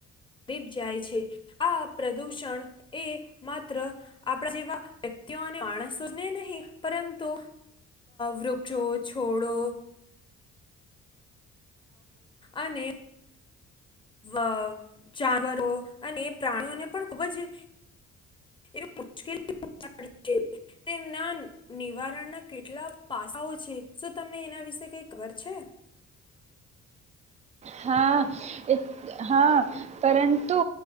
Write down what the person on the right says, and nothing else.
હા હા પરંતુ